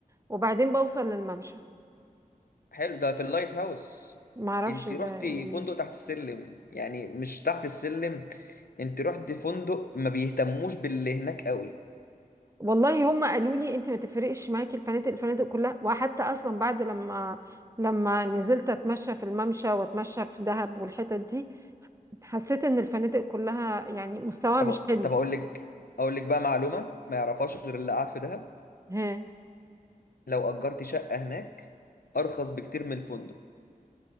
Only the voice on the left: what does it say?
حلو ده في اللايت هاوس
انت
رحتي
فندق تحت السلم يعني مش تحت السلم انت رحتي فندق ما بيهتموش باللي هناك قوي
طب
طب اقول لك اقول لك بقى معلومة ما يعرفهاش غير اللي قاعد في دهب
لو اجرتي شقة هناك ارخص بكتير من الفندق